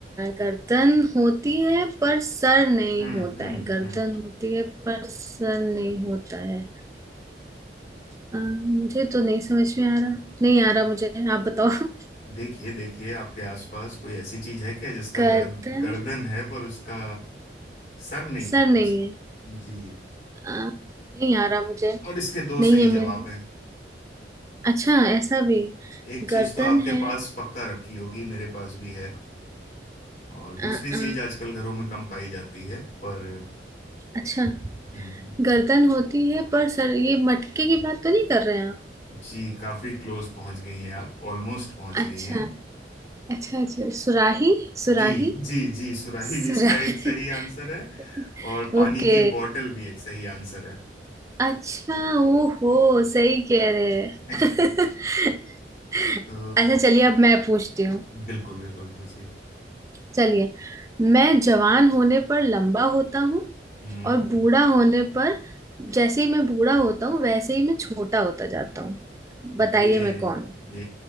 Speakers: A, on the right; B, on the left.
A: गर्दन होती है पर सर नहीं
B: हम्म
A: होता
B: हम्म
A: है गर्दन
B: हम्म
A: होती है पर सर नहीं होता है अ, मुझे तो नहीं समझ में आ रहा नहीं आ रहा मुझे आप बताओ <laughs>
B: देखिए देखिए आपके आसपास कोई ऐसी चीज है क्या जिसका
A: गर्दन
B: गर्द, गर्दन है पर उसका सर नहीं
A: सर
B: है
A: नहीं
B: कुछ
A: है
B: जी
A: अ, नहीं आ रहा मुझे
B: और इसके दो
A: नहीं
B: सही
A: है
B: जवाब
A: मेरे
B: हैं
A: अच्छा ऐसा भी
B: एक चीज
A: गर्दन
B: तो आपके
A: है
B: पास पक्का रखी होगी मेरे पास भी है और
A: अ,
B: दूसरी चीज
A: अ,
B: आजकल घरों में कम पाई जाती है पर
A: अच्छा
B: हम्म
A: गर्दन होती है पर सर ये मटके की बात तो नहीं कर रहे हैं आप
B: जी काफी क्लोज पहुंच गई हैं आप ऑलमोस्ट पहुंच
A: अच्छा
B: गई हैं
A: अच्छा अच्छा सुराही सुराही
B: जी जी जी सुराही
A: सुराही
B: भी इसका एक सही आंसर है
A: <laughs>
B: और पानी
A: ओके
B: की बॉटल भी एक सही आंसर है
A: अच्छा ओहो सही कह रहे हैं
B: <laughs>
A: <laughs>
B: तो
A: अच्छा चलिए अब मैं पूछती हूँ
B: बिल्कुल बिल्कुल पूछिए
A: चलिए मैं जवान होने पर लंबा होता हूँ
B: हम्म
A: और बूढ़ा होने पर जैसे ही मैं बूढ़ा होता हूँ वैसे ही मैं छोटा होता जाता हूँ
B: ये
A: बताइए मैं कौन हूँ?
B: ये